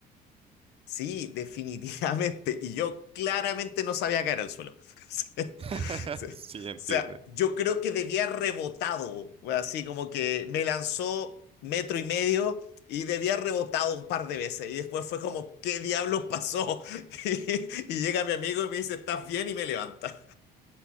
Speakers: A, on the left; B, on the right.
A: Sí, definitivamente. Y yo claramente no sabía caer al suelo. <laughs> Sí,
B: <laughs>
A: sí. O
B: Sí, entiende.
A: sea, yo creo que debía haber rebotado, así como que me lanzó metro y medio y debía haber rebotado un par de veces. Y después fue como, ¿qué diablos pasó? <laughs> Y, y llega mi amigo y me dice, ¿estás bien? Y me levanta.